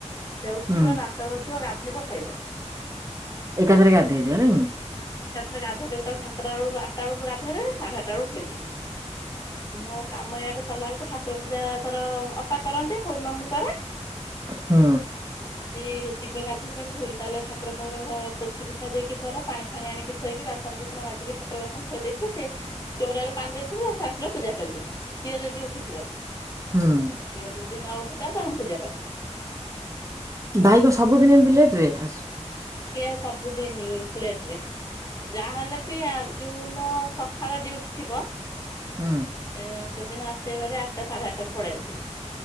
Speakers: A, on the left; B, on the right.
A: ସେ ଉଠିବ
B: ହୁଁ
A: ଦାନ୍ତ ଘସିବ ଗାଧୋଇ ହେବ ଖାଇବ।
B: ଏକା ଥରେ ଗାଧେଇ ଦିଅ ନାଇଁ?
A: ଏକା ଥରେ ଗାଧେଇ ଦେବ ତାକୁ ସତଟା ବେଳକୁ ଆଠଟା ବେଳକୁ ଗାଧୋଇ ଦେବେ ସାଢେ ଆଠଟା ବେଳକୁ ଖଇଦିଏ ମୋ କାମ ଇଆଟେ ସରିଲା ବେଳକୁ ଠାକୁର ପୂଜା ଧର ଅପା କରନ୍ତି କୋଉନ ମୁଁ କରେ
B: ହଁ।
A: ଯଦି ଶୀଘ୍ର ଗାଧୋଇ ପଡି ତାହେଲେ ଠାକୁର ପାଖର ପୋଛି ପୋଛା ଦେଇକି ଘର ପାଣି ଫାଣି ଆଣିକି ଥୋଇକି ବାସନକୁସନ ମାଜିକି ଠାକୁର ବାସନ ଥୋଇ ଦେଇେଇଥେ ସେ ଚଉରାରେ ପାଣି ଦେଇଥିବେ ଆସିଲେ ପୂଜା କରିବେ ଝିଅ ଯଦି ଉଠିଥିବ।
B: ହୁଁ।
A: ଆଝିଅ ଯଦି ଯଦି ନ ଉଠେ ତା ମୁଁ ତାକୁ ପୂଜା କରି ଦିଏ।
B: ଭାଇ କ ସବୁଦିନ ଏମତି ଲେଟ ରେ ଆ
A: ଯେ ସବୁଦିନଲେଟରେ ଯାହାହେଲେ ବି ଯୋଉନ ସକାଳ ଡୁଟି ଥିବ
B: ହୁଁ।
A: ଏ ସେଦିନ ଆସିବା ପରୋରେ ଆଠଟା ସାଢେ ଆଠଟ ରେ ପଳେଇ ଆସିବେ